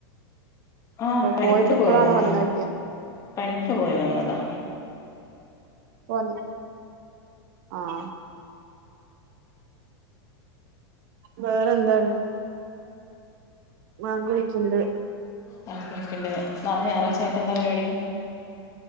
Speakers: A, on the left; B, on the right.
A: ആഹ്! പണിക്ക്
B: പോയിട്ട്
A: പോയി
B: ഇപ്പളാണോ
A: വന്ന.
B: വന്നോയ്ക്ക
A: പണിക്ക് പോയി വന്നതാ.
B: പോന്ന്‌. ആഹ്! വേറെന്താണ്. ബാങ്ക് വിളിക്ക്ണ്ട്.
A: വാങ്ക് വിളിക്കേണ്ട്. നാളെ ഞായറായിച്ചായിട്ട് എന്താ പരിപാടി?